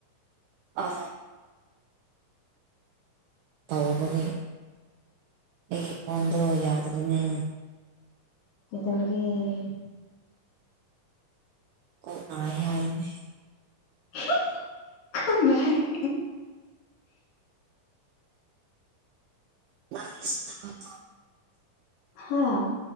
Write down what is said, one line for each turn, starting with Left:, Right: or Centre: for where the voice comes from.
Right: ꯑꯥ ꯇꯧꯔꯨꯕꯒꯤ ꯑꯩꯒꯤ ꯐꯣꯟꯗꯣ ꯌꯥꯗ꯭ꯔꯦꯅꯦ
Left: ꯀꯩꯗꯧꯔꯒꯦ
Right: ꯀꯣꯛ ꯅꯥꯏ ꯍꯥꯏꯕꯅꯦ
Left: <unintelligible>
Right: <unintelligible>
Left: ꯍꯥꯥ